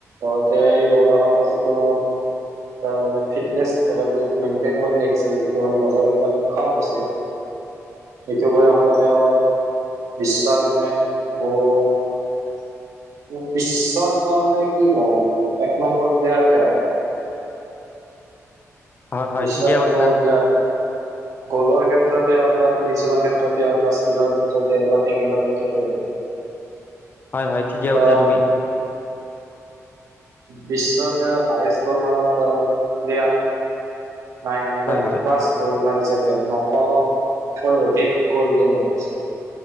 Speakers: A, on the right; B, on the left.
A: ঘতে এই বয়সতো যিটো তেওঁ মানে ফিটনেচ লেভেল যিটো মেইনটেইন কৰি আহিছে যিটো মানে বজাৰ কিমান কম হৈছে সেইটো বয়সত তেওঁ বিশ্বৰ মানে গ বিশ্বৰ মানে কি কওঁ এক নম্বৰ প্লেয়াৰ তেওঁ
B: হয় হয়
A: বিশ্ব
B: ঠিকে
A: লখ্নিল
B: কৈছা
A: গ'লৰ ক্ষেত্ৰতে হওক বা ফিনিচিঙৰ ক্ষেত্ৰতে হওক বা স্কিলৰ ক্ষেত্ৰতে হওক বা টেকেলৰ ক্ষেত্ৰতে হওক
B: হয় হয় ঠিকে
A: তেওঁ
B: প চাদমি
A: বিশ্বতে হায়েষ্ট গ'ল মাৰ প্লেয়াৰ নাইন হণ্্ৰ
B: হয়
A: ক্লাছ
B: হয়
A: স্ুল ম নশতকৈ অধিক গ'ল তেওঁ মাগিছে